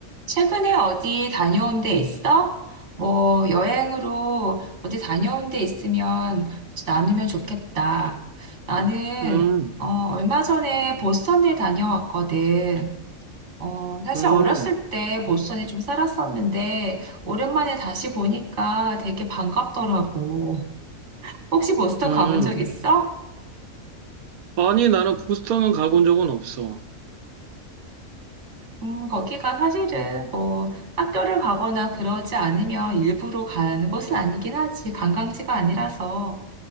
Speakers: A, on the right; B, on the right.
A: 최근에 어디 다녀온 데 있어? 뭐 여행으로 어디 다녀온 데 있으면 같이 나누면 좋겠다. 나는
B: 음,
A: 어, 얼마 전에 보스턴에 다녀왔거든. 어, 사실
B: 음,
A: 어렸을 때 보스턴에 좀 살았었는데 오랜만에 다시 보니까 되게 반갑더라고. 혹시 보스턴
B: 음.
A: 가본 적 있어?
B: 아니, 나는 부스터는 가본 적은 없어.
A: 음, 거기가 사실은 뭐 학교를 가거나 그러지 않으면 일부러 가는 곳은 아니긴 하지. 관광지가 아니라서.